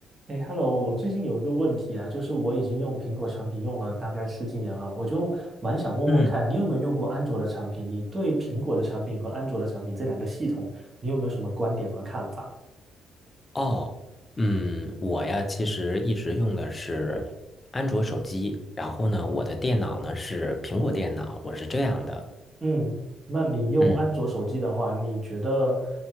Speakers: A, on the right (about 30°); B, on the left (about 25°).
A: 哎，Hello，我最近有一个问题啊，就是我已经用苹果产品用了大概十几年了，我就蛮想问问看，
B: 嗯，
A: 你有没有用过安卓的产品？你对苹果的产品和安卓的产品这两个系统，你有没有什么观点和看法？
B: 哦，嗯，我呀，其实一直用的是安卓手机，然后呢，我的电脑呢是苹果电脑，我是这样的。
A: 嗯，那你用安卓手机的话，
B: 嗯。
A: 你觉得